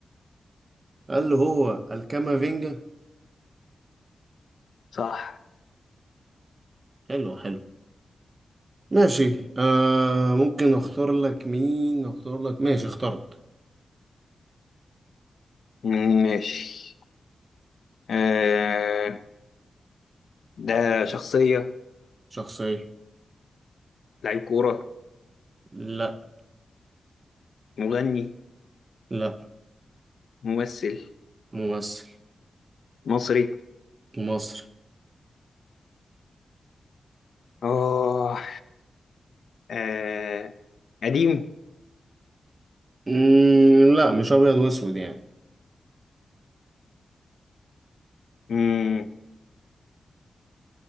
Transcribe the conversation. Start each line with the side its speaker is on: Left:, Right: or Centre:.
Right: قال له هو الكامافينجا
Left: صح
Right: حلو حلو ماشي آه ممكن اختار لك مين اختار لك ماشي اخترت
Left: مم، ماشي أه ده شخصية
Right: شخصية
Left: لعيب كورة
Right: لا
Left: مغني
Right: لا
Left: ممثل
Right: ممثل
Left: مصري
Right: مصري
Left: أه آه قديم
Right: مم، لا مش ابيض واسود يعني
Left: مم.